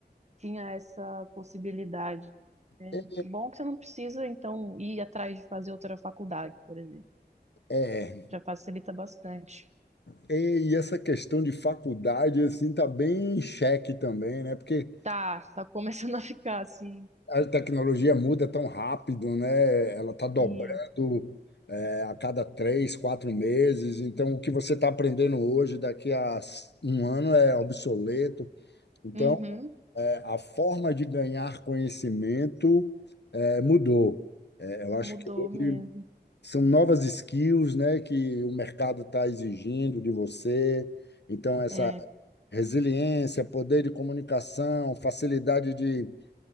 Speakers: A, on the right; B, on the left.
A: tinha essa possibilidade. É
B: É,
A: bom que você não precisa, então, ir atrás de fazer outra faculdade, por exemplo.
B: é,
A: Já facilita bastante.
B: é, e essa questão de faculdade assim tá bem em xeque também, né? Porque
A: Tá, tá começando a ficar assim.
B: a tecnologia muda tão rápido, né? Ela está dobrando,
A: Sim.
B: é, a cada três, quatro meses. Então, o que você está aprendendo hoje, daqui a s- um ano, é obsoleto. Então,
A: Uhum,
B: é, a forma de ganhar conhecimento é, mudou. É, eu acho
A: mudou
B: que hoje
A: mesmo.
B: são novas skills, né, que o mercado está exigindo de você. Então, essa
A: É.
B: resiliência, poder de comunicação, facilidade de